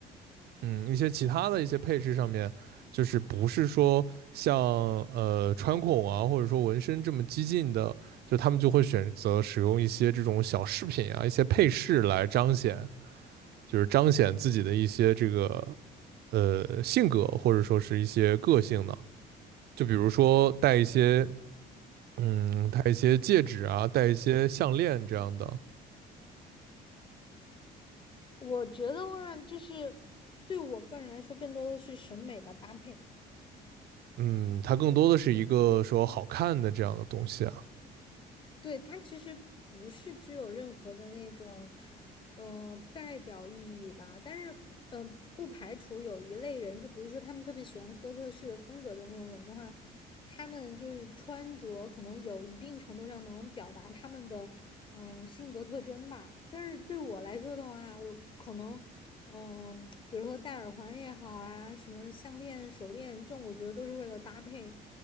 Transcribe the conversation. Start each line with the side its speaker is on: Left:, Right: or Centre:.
Right: 嗯一些其他的一些配饰上面，就是不是说像呃穿孔啊，或者说纹身这么激进的，就他们就会选择使用一些这种小饰品啊，一些配饰来彰显，就是彰显自己的一些这个呃性格，或者说是一些个性呢？就比如说戴一些，嗯，戴一些戒指啊，戴一些项链这样的，
Left: 我觉得话就是对我个人来说，更多的是审美吧，搭配。
Right: 嗯，它更多的是一个说好看的这样的东西啊，
Left: 对，它其实不是具有任何的那种，嗯呃，代表意义吧。但是，嗯呃，不排除有一类人，就比如说他们特别喜欢哥特式的风格的那种人的话，他们就是穿着可能有一定程度上能表达他们的，嗯、性格特征吧。但是对我来说的话，我可能。嗯，比如说戴耳环也好啊，什么项链、手链，这种我觉得都是为了搭配、